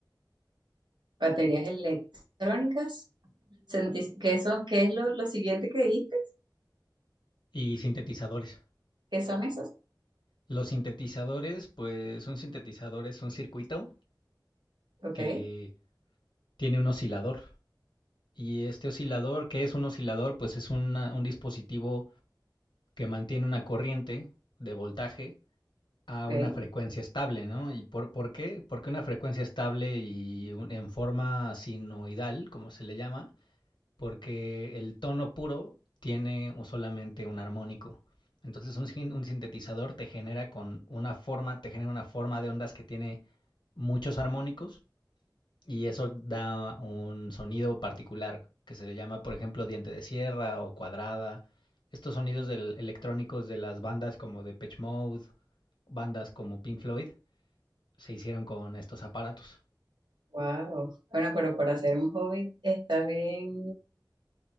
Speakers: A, on the right; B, on the left.
A: ¿Baterías electrónicas? ¿Sentís que eso, qué es lo, lo siguiente que dijiste?
B: Y sintetizadores.
A: ¿Qué son esas?
B: Los sintetizadores, pues un sintetizador es un circuito
A: Ok,
B: que tiene un oscilador Y este oscilador, ¿qué es un oscilador? Pues es una- un dispositivo que mantiene una corriente de voltaje a
A: ok,
B: una frecuencia estable, ¿no? ¿Y por, por qué? Porque una frecuencia estable y un- en forma sinoidal, como se le llama, porque el tono puro tiene un- solamente un armónico. Entonces un, sin- un sintetizador te genera con una forma, te genera una forma de ondas que tiene muchos armónicos y eso da un sonido particular que se le llama, por ejemplo, diente de sierra o cuadrada. Estos sonidos del- electrónicos de las bandas como Depeche Mode, bandas como Pink Floyd, se hicieron con estos aparatos.
A: wow. Bueno, pero para hacer un hobby estás bien,